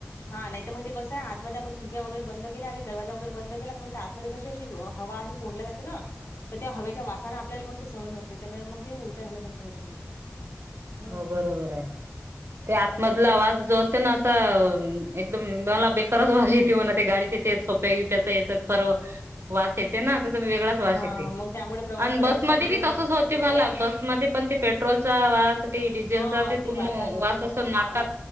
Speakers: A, on the left; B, on the right.
A: हा नाही तर मग ते कसंय आतमध्ये आपण खिडक्या वगैरे बंद केल्या आणि दरवाजा वगैरे बंद केलात, मग त्या आतमध्ये कशी अशी हवा अशी कोंडले जाते ना तर त्या हवेच्या वासाने आपल्याला मंग सहन होत नाय त्याने मग ते उल उलट्या झाले सारखं होते मग हम्म
B: हो
A: हम्म.
B: बरोबर आहे ते आतमधला आवाज जो असते ना असा एकदम मला बेक तरच भाजी ते म्हणे ते गाडीचे ते सोप्पे <unintelligible> तर सर्व वाश येते ना तर वेगळाच वाश
A: हा
B: येते
A: मग त्यामुळे प्रवास
B: आणि
A: करायचा
B: बसमध्येध
A: असला कधी
B: बी
A: प्रवास
B: तसच होते मला बस मध्ये पण ते पेट्रोलचा वास ते डिझेलचा
A: हा
B: ते पूर्ण
A: वासामुळे
B: वास असं
A: हा
B: नाकात